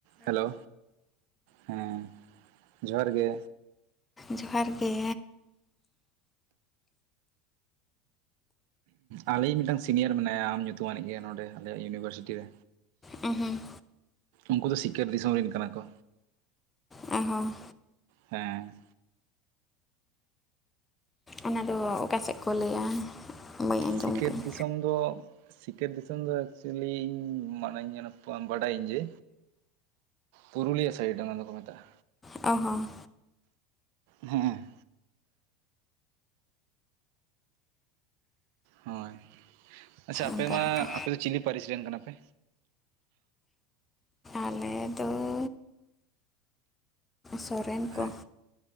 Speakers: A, on the right (about 65°); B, on the left (about 20°).
A: Hello ᱦᱮᱸ ᱡᱚᱦᱟᱨ ᱜᱮ
B: ᱡᱚᱦᱟᱨ ᱜᱮ
A: ᱟᱞᱮ ᱤᱡ ᱢᱤᱫᱴᱟᱱ ᱥᱤᱱᱤᱭᱟᱨ ᱢᱮᱱᱟᱭᱟ ᱟᱢ ᱧᱩᱛᱩᱢᱟᱱᱤᱡ ᱜᱮ ᱱᱚᱰᱮ ᱟᱞᱮᱭᱟᱜ ᱤᱭᱩᱱᱤᱵᱷᱟᱨᱥᱤᱴᱤ ᱨᱮ
B: ᱩᱸ ᱦᱩᱸ
A: ᱩᱱᱠᱩ ᱫᱚ ᱥᱤᱠᱟᱹᱨ ᱫᱤᱥᱚᱢ ᱨᱮᱱ ᱠᱟᱱᱟ ᱠᱚ
B: ᱚᱦ ᱦᱚᱸ
A: ᱦᱮᱸ
B: ᱚᱱᱟᱫᱚ ᱚᱠᱟ ᱥᱮᱫ ᱠᱚ ᱞᱟᱹᱭᱟ? ᱵᱟᱹᱧ ᱟᱸᱡᱚᱢ
A: ᱥᱤᱠᱟᱹᱨ
B: ᱠᱟᱜᱼᱟ
A: ᱫᱤᱥᱚᱢ ᱫᱚ ᱥᱤᱠᱟᱹᱨ ᱫᱤᱥᱚᱢ ᱫᱚ ᱮᱠᱪᱩᱭᱮᱞᱤ ᱤᱧ ᱢᱟᱱᱮ ᱵᱟᱰᱟᱭᱟᱹᱧ ᱡᱮ ᱯᱩᱨᱩᱞᱤᱭᱟᱹ ᱥᱟᱭᱤᱰ ᱚᱱᱟ ᱫᱚᱠᱚ ᱢᱮᱛᱟᱜᱼᱟ
B: ᱚ ᱦᱚᱸ
A: ᱦᱮᱸ ᱦᱳᱭ ᱟᱪᱪᱷᱟ ᱟᱯᱮ
B: ᱚᱱᱠᱟ
A: ᱢᱟ
B: ᱠᱟᱛᱷᱟ
A: ᱟᱯᱮ ᱫᱚ ᱪᱤᱞᱤ ᱯᱟᱹᱨᱤᱥ ᱨᱮᱱ ᱠᱟᱱᱟᱯᱮ?
B: ᱟᱞᱮ ᱫᱚ ᱥᱚᱨᱮᱱ ᱠᱚ
A: ᱦᱮᱸ